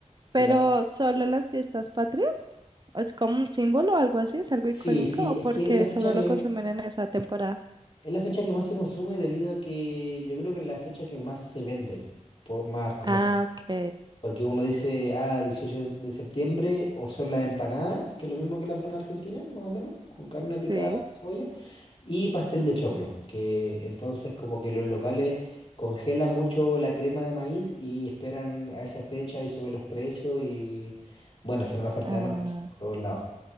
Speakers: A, on the left; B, on the right.
A: Y
B: Pero
A: la,
B: solo en las fiestas patrias, ¿O es como un símbolo o algo así, es algo
A: sí,
B: icónico,
A: sí,
B: o porque
A: es que es la fecha
B: solo
A: que,
B: lo consumen en esa temporada.
A: es la fecha que más se consume debido a que yo creo que es la fecha que más se vende, por más comercio.
B: Ah, ok,
A: Porque uno dice, ah, 18 de septiembre, o son las empanadas, que es lo mismo que la empanada argentina, más o menos, con carne picada
B: sí,
A: y cebolla. Y pastel de choclo, que entonces como que los locales congelan mucho la crema de maíz y esperan a esa fecha y suben los precios y bueno, al final la oferta
B: ah,
A: de demanda por todos lados.